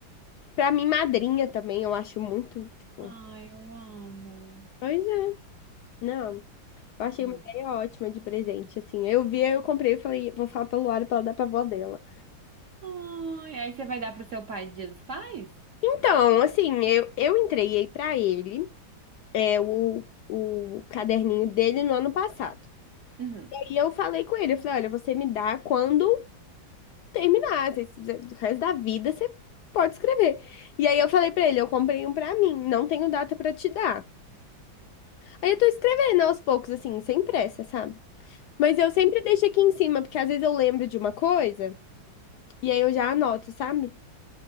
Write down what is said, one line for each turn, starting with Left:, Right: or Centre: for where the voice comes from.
Left: Pra mim, madrinha também, eu acho muito, tipo.
Right: Ai, eu amo.
Left: Pois é. Não, eu achei
Right: Amiga.
Left: uma ideia ótima de presente, assim. Eu vi, eu comprei, eu falei, vou falar pra Luara pra ela dar pra avó dela.
Right: Ai, aí você vai dar pro seu pai de Dia dos Pais?
Left: Então, assim, eu, eu entreguei pra ele é, o, o caderninho dele no ano passado.
Right: Uhum.
Left: E aí eu falei com ele, eu falei, olha, você me dá quando terminar, você- você- o resto da vida você pode escrever. E aí eu falei pra ele, eu comprei um pra mim, não tenho data pra te dar. Aí eu tô escrevendo aos poucos, assim, sem pressa, sabe? Mas eu sempre deixo aqui em cima, porque às vezes eu lembro de uma coisa e aí eu já anoto, sabe?